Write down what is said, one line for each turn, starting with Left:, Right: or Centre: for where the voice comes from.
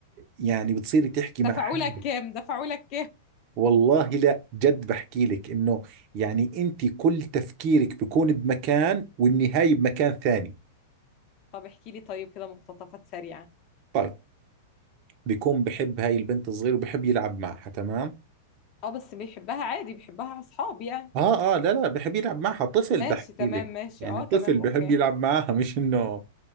Right: يعني بتصيري تحكي
Left: دفعوا
Right: مع حالك
Left: لك كام دفعوا لك
Right: والله لا جد بحكي لك انه يعني انت كل تفكيرك بكون بمكان والنهاية بمكان ثاني
Left: طب احكي لي طيب كده مقتطفات سريعة
Right: طيب بيكون بحب هاي البنت الصغيرة وبحب يلعب معها تمام
Left: اه بس بيحبها عادي بيحبها اصحاب يعني
Right: اه اه لا لا بحب يلعب معها طفل
Left: ماشي
Right: بحكي
Left: تمام
Right: لك
Left: ماشي
Right: يعني
Left: اه
Right: طفل
Left: تمام
Right: بحب
Left: اوكي
Right: يلعب معها مش انه